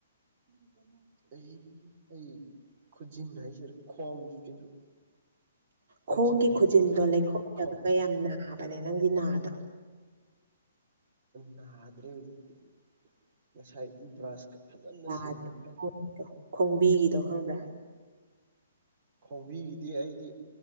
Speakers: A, on the right (about 50°); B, on the right (about 25°).
A: <unintelligible>
B: ꯑꯩ ꯑꯩ ꯈꯨꯖꯤꯟꯅ ꯍꯥꯏꯖꯔꯦ ꯈꯣꯡꯒꯤ ꯀꯩꯅꯣ ꯈꯨꯖꯤꯟ
A: ꯈꯣꯡꯒꯤ
B: ꯍꯥꯏꯁꯤꯔ
A: ꯈꯨꯖꯤꯟꯗꯣ ꯂꯩꯈꯣꯝꯗ
B: ꯈꯣꯡ
A: ꯈꯔꯥ ꯌꯥꯝ ꯅꯥꯕꯅꯦ ꯅꯪꯗꯤ ꯅꯥꯗꯔꯣ
B: ꯅꯥꯗ꯭ꯔꯦ ꯍꯧꯖꯤꯛꯇꯤ ꯉꯁꯥꯏ ꯕ꯭ꯔꯁꯀ ꯐꯖꯅ
A: ꯌꯥꯗ꯭ꯔꯣ
B: ꯁꯦꯡꯗꯣꯛꯈ꯭ꯔ
A: ꯈꯣꯡꯕꯤꯒꯤꯗꯣ ꯈꯪꯕ꯭ꯔꯥ
B: ꯈꯣꯡꯕꯤꯒꯤꯗꯤ ꯑꯩꯗꯤ